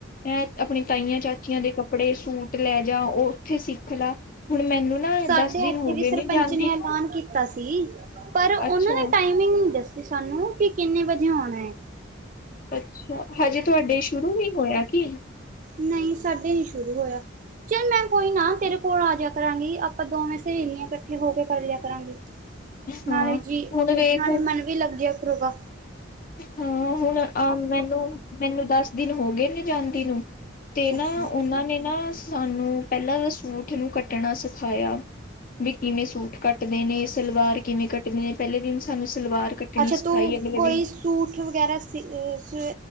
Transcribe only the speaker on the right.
ਸਾਡੇ
ਇੱਥੇ
ਵੀ
ਸਰਪੰਚ
ਨੇ ਐਲਾਨ
ਕੀਤਾ ਸੀ, ਪਰ ਉਹਨਾਂ
ਨੇ ਟਾਈਮਿੰਗ ਨਹੀਂ ਦੱਸੀ ਸਾਨੂੰ ਕਿ ਕਿੰਨੇ ਵਜੇ ਆਉਣਾ ਹੈ।
ਨਹੀਂ ਸਾਡੇ ਨੀ ਸ਼ੁਰੂ ਹੋਇਆ। ਚੱਲ ਮੈਂ ਕੋਈ ਨਾ ਤੇਰੇ ਕੋਲ ਆ ਜਿਆ ਕਰਾਂਗੀ, ਆਪਾਂ ਦੋਵੇਂ ਸਹੇਲੀਆਂ ਇਕੱਠੇ ਹੋ ਕੇ ਕਰ ਲਿਆ ਕਰਾਂਗੀ। ਨਾਲੇ
ਜੀ,
ਨਾਲੇ ਮਨ ਵੀ ਲੱਗ ਜਿਆ ਕਰੋਗਾ।
ਅੱਛਾ।
ਅੱਛਾ,
ਤੂੰ
ਕੋਈ
ਸੂਟ ਵਗੈਰਾ ਸਿ ਸ